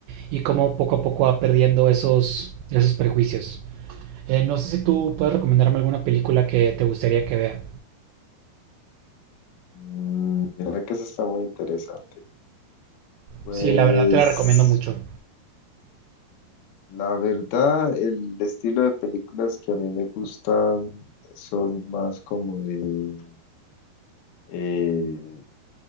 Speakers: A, on the right (about 80°); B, on the left (about 70°).
A: y cómo poco a poco va perdiendo esos, esos prejuicios. Eh, no sé si tú puedes recomendarme alguna película que te gustaría que vea.
B: mm, mira que eso está muy interesante. Pues
A: Sí, la verdad te la recomiendo mucho.
B: la verdad, el estilo de películas que a mí me gustan son más como de... eh,